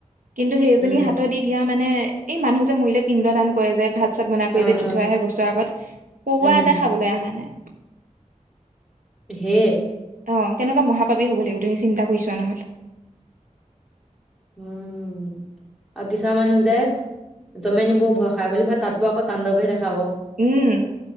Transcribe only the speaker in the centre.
উম,
অ',
অ',
উম,
হে
উম আৰু কিছুমান মানুহ যে জমে‌ নিবৌ ভয় খাই বুলি ভাবে তাতো আকৌ তাণ্ডৱহে দেখাব